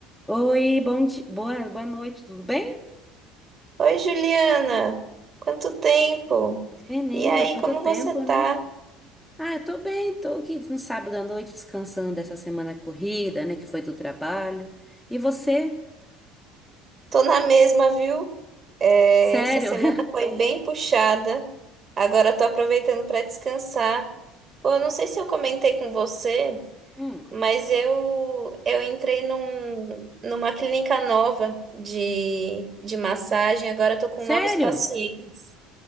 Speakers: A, in the centre; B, on the right.
A: Oi, bom dia, boa, boa noite, tudo bem?
B: Oi, Juliana! Quanto tempo!
A: Menina,
B: E aí,
A: quanto
B: como
A: tempo,
B: você
A: né?
B: tá?
A: Ah, eu tô bem, tô aqui no sábado à noite descansando dessa semana corrida, né, que foi do trabalho. E você?
B: Tô na mesma, viu? É,
A: Sério?
B: essa semana
A: <laughs>
B: foi bem puxada. Agora tô aproveitando para descansar. Pô, eu não sei se eu comentei com você,
A: Hum,
B: mas eu eu entrei num, numa clínica nova de, de massagem. Agora eu tô com
A: sério?
B: novos pacientes.